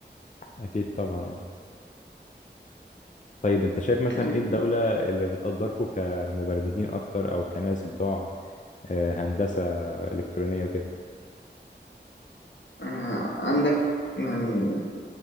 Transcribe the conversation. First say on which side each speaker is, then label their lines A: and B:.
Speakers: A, on the left (about 45°); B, on the left (about 80°).
A: اكيد طبعا اه طيب انت شايف مثلا
B: يعني.
A: ايه الدولة اللي بتقدركم كمبرمجين اكتر او كناس بتوع آه، هندسة الكترونية وكده
B: آه، عندك يعني